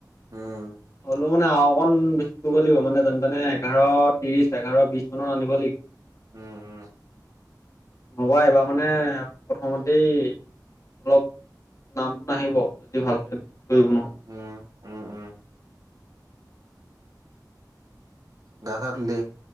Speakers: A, on the right; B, on the left.
A: উম,
B: হ'লেও মানে, অকণ বেছি কৰিব লাগিব। মানে যেনে তেনে এঘাৰ ত্ৰিশ এঘাৰ বিশ মানত আনিব লাগিব।
A: উম, উম।
B: নহবা এইবাৰ মানে প্ৰথমতেই অলপ নামটো নাহিব, যদি ভালকে কৰিব নোৱা
A: উম, উম, উম। গা ছা ধুলি?